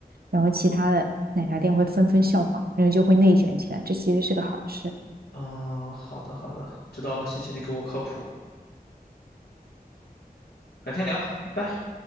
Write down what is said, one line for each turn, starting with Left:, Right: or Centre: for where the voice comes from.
Right: 然后其他的奶茶店会纷纷效仿，然后就会内卷起来。这其实是个好事。
Left: 啊、好的好的，知道了，谢谢你给我科普，改天聊，拜拜。